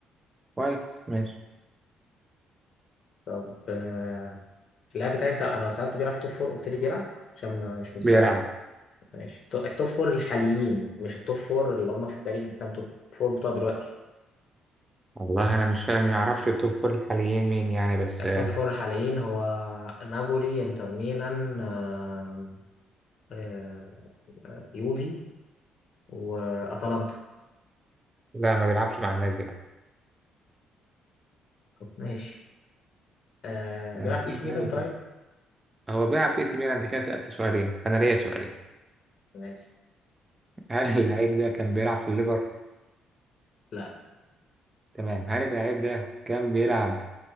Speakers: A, on the right; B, on the left.
A: كويس ماشي
B: طب آه، اللاعب بتاعي انت انا سالت بيلعب في توب فور قلت لي بيلعب عشان ما- مش متذكر
A: بيلعب
B: ماشي التو- التوب فور الحاليين مش التوب فور اللي هم في التاريخ كام توب فور بتوع دلوقتي
A: والله أنا مش فاهم ما أعرفش التوب فور الحاليين مين يعني بس
B: التوب فور الحاليين هو نابولي انتر ميلان آه، آه، آه، يوفي واتلانتا
A: لا ما بيلعبش مع الناس دي لا
B: ماشي آه،
A: يعني
B: بيلعب في
A: سهل
B: اي سي ميلان
A: أوي
B: طيب
A: كده. هو بيلعب في اي سي ميلان انت كده سألت سؤالين انا ليا سؤالين
B: ماشي
A: هل اللعيب ده كان بيلعب في الليفر
B: لا
A: تمام هل اللعيب ده كان بيلعب